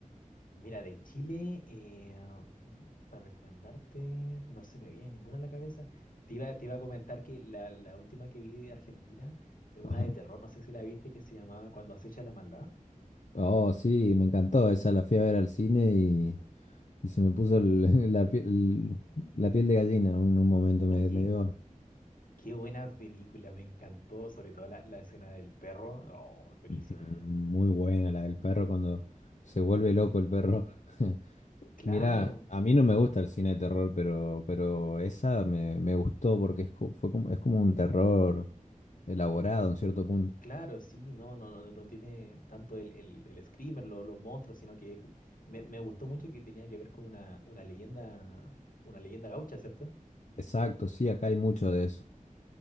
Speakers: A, on the left (about 80°); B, on the left (about 60°).
A: Mira, de Chile, eh, mm, para recomendarte, no se me viene ninguna a la cabeza. Te iba, te iba a comentar que la, la última que vi de Argentina es una
B: Ajá.
A: de terror, no sé si la viste, que se llamaba Cuando acecha la maldad.
B: Oh, sí, me encantó. Esa la fui a ver al cine y Y se me puso el- <laughs> la piel, la piel de gallina en un, un momento, me,
A: Oye,
B: me dio
A: qué buena película, me encantó, sobre todo la, la escena del perro. Oh, buenísimo.
B: mm, muy buena la del perro cuando se vuelve loco el perro. <laughs>
A: Claro,
B: Mirá, a mí no me gusta el cine de terror, pero, pero esa me, me gustó porque es, co- fue como, es como un terror elaborado en cierto punto.
A: claro, sí, no, no, no, no tiene tanto el, el, el screamer, lo- los monstruos, sino que me, me gustó mucho que tenía que ver con una, una leyenda, una leyenda gaucha, ¿cierto?
B: Exacto, sí, acá hay mucho de eso,